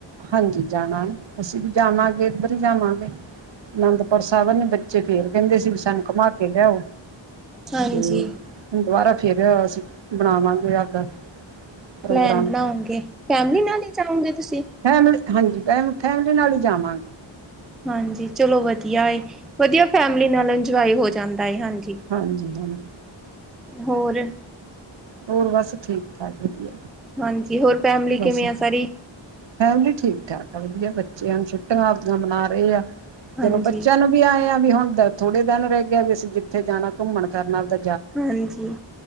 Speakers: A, on the right; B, in the centre.
A: ਹਾਂਜੀ ਜਾਣਾ ਅਸੀਂ ਵੀ ਜਾਵਾਂਗੇ ਇੱਧਰ ਹੀ ਜਾਵਾਂਗੇ। ਅਨੰਦਪੁਰ ਸਾਹਿਬਨ ਨੇ ਬੱਚੇ ਫੇਰ ਕਹਿੰਦੇ ਸੀ ਵੀ ਸਾਨੂੰ ਘੁਮਾ ਕੇ ਲਿਆਓ
B: ਹਾਂਜੀ
A: ਤੇ ਹੁਣ ਦੁਬਾਰਾ ਫੇਰ ਅਸੀਂ ਬਣਾਵਾਂਗੇ ਆਪਦਾ ਪ੍ਰੋਗਰਾਮ
B: ਪਲੈਨ ਬਣਾਓਗੇ ਫੈਮਲੀ ਨਾਲ ਹੀ ਜਾਓਗੇ ਤੁਸੀਂ?
A: ਫੈਮਲੀ ਹਾਂਜੀ ਫੈ ਫੈਮਲੀ ਨਾਲ ਹੀ ਜਾਵਾਂਗੇ।
B: ਹਾਂਜੀ ਚਲੋ ਵਧੀਆ ਏ ਵਧੀਆ ਫੈਮਲੀ ਨਾਲ ਇੰਜੋਏ ਹੋ ਜਾਂਦਾ। ਏ ਹਾਂਜੀ।
A: ਹਾਂਜੀ ਹਾਂਜੀ।
B: ਹੋਰ?
A: ਹੋਰ ਬਸ ਠੀਕ ਠਾਕ ਵਧੀਆ।
B: ਹਾਂਜੀ ਹੋਰ ਫੈਮਿਲੀ
A: ਬਸ
B: ਕਿਵੇਂ ਆ ਸਾਰੀ?
A: ਫੈਮਲੀ ਠੀਕ ਠਾਕ ਵਧੀਆ ਬੱਚਿਆਂ ਨੂੰ ਛੁੱਟੀਆਂ ਆਪਦੀਆਂ ਮਨਾ ਰੇ ਆ
B: ਹਾਂਜੀ।
A: ਚਲੋ ਬੱਚਿਆਂ ਨੂੰ ਵੀ ਆਏ ਆ ਵੀ ਹੁਣ ਥੋੜੇ ਦਿਨ ਰਹਿ ਗਿਆ ਵੀ ਅਸੀਂ ਜਿੱਥੇ ਜਾਣਾ ਘੁੰਮਣ ਫਿਰਨ ਦਾ
B: ਹਾਂਜੀ